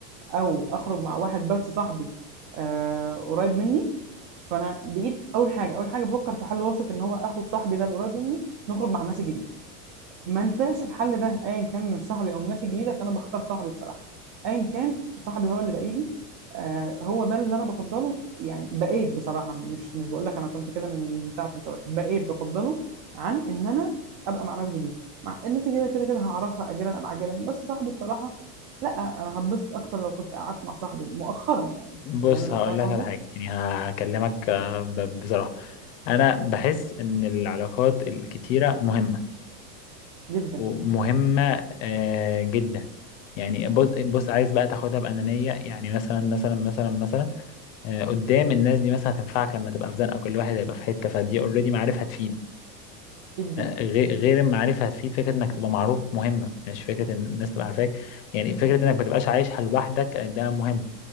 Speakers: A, on the right; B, on the left.
A: او اخرج مع واحد بس صاحبي آه قريب مني فانا بقيت اول حاجه اول حاجه بفكر في حل وسط ان هو اخد صاحبي ده القريب مني نخرج مع الناس الجديده ما نفعش الحل ده ايا كان من صاحبي او من ناس جديده فانا بختار صاحبي بصراحه ايا كان صاحبي هو اللي باقي لي آه هو ده اللي انا بفضله يعني بقيت بصراحه مش مش بقول لك انا كنت كده من ساعه ما اتولدت بقيت بفضله عن ان انا ابقى مع ناس جديده مع الناس الجديده كده كده هعرفها اجلا ام عاجلا بس صاحبي بصراحه لا انا هتبسط اكتر لو كنت قعدت مع صاحبي مؤخرا يعني
B: بص
A: فاهم
B: هقول
A: فاهم
B: لك
A: قصدي
B: على حاجه يعني هكلمك آه، ب- بصراحه انا بحس ان العلاقات الكتيره مهمه
A: جدا
B: ومهمة آه، جدا يعني بص بص عايز بقى تاخدها بأنانية يعني مثلا مثلا مثلا مثلا آه، قدام الناس دي مثلا هتنفعك لما تبقى في زنقة كل واحد هيبقى في حتة فدي اوريدي معرفة هتفيد
A: جدا
B: آه، غير غير المعرفة هتفيد فكرة انك تبقى معروف مهمة مش فكرة ان الناس تبقى عارفاك يعني فكرة انك ما تبقاش عايشها لوحدك آه، ده مهم